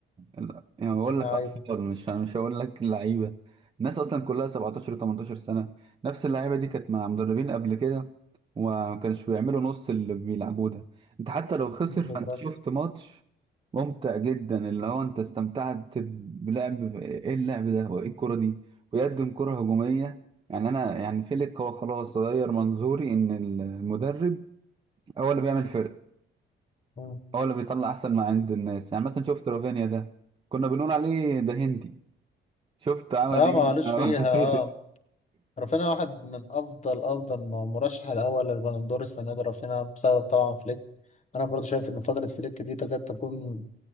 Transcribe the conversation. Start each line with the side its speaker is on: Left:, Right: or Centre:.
Right: ال- يعني بقول لك
Left: لعيب
Right: اطفال مش مش هقول لك لعيبه الناس اصلا كلها 17 و18 سنه نفس اللعيبه دي كانت مع مدربين قبل كده وما كانش بيعملوا نص اللي بيلعبوه ده انت حتى لو خسر
Left: مم،
Right: فانت
Left: بالظبط
Right: شفت ماتش ممتع جدا اللي هو انت استمتعت بلعب ايه اللعب ده وايه الكرة دي بيقدم كرة هجومية يعني انا يعني فيليك هو خلاص غير منظوري ان المدرب هو اللي بيعمل فرق
Left: مم.
Right: هو اللي بيطلع احسن ما عند الناس يعني مثلا شفت رافينيا ده كنا بنقول عليه ده هندي شفت عمل
Left: اه
Right: ايه
Left: معلش فيها اه
Right: <laughs>
Left: رافينيا واحد من افضل افضل م- مرشح الاول للبالندور السنة دي رافينيا بسبب طبعا فليك انا برضو شايف ان فترة فليك دي تكاد تكون